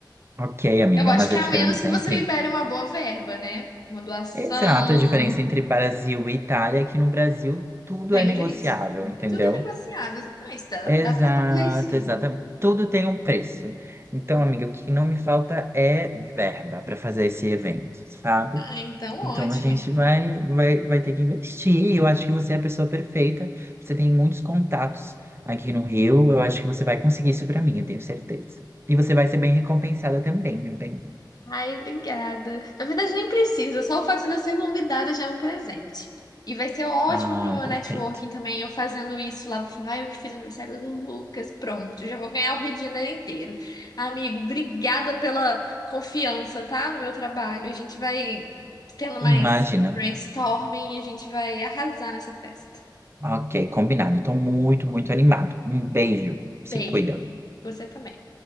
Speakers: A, on the right; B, on the left.
A: Ok, amiga,
B: Eu acho
A: mas
B: que
A: a
B: a
A: diferença
B: menos que você
A: é entre
B: libere uma boa verba, né? Uma doação.
A: Exato, a diferença entre Brasil e Itália é que no Brasil tudo
B: Tem
A: é negociável,
B: um jeitinho.
A: entendeu?
B: Tudo é negociável, exatamente. Dá,
A: Exato,
B: dá pra dar um jeitinho.
A: exatamente. Tudo tem um preço. Então, amiga, o que não me falta é verba para fazer esse evento, sabe?
B: Ah, então
A: Então
B: ótimo.
A: a gente vai, vai, vai ter que investir. Eu acho que você é a pessoa perfeita. Você tem muitos contatos aqui no Rio. Eu acho que você vai conseguir isso para mim, eu tenho certeza. E você vai ser bem recompensada também, meu bem.
B: Ai, obrigada. Na verdade, nem precisa, só o fato de eu ser convidada já é um presente. E vai ser ótimo
A: Ah,
B: pro meu
A: perfeito.
B: networking também, eu fazendo isso lá. Vou falar, ai, eu que fiz aniversário do Lucas. Pronto, já vou ganhar o Rio de Janeiro inteiro. Amigo, obrigada pela confiança, tá? No meu trabalho. A gente vai tendo mais
A: Imagina.
B: brainstorming, a gente vai arrasar nessa festa.
A: Ok, combinado. Estou muito, muito animado. Um beijo. Se
B: Beijo.
A: cuida.
B: Você também.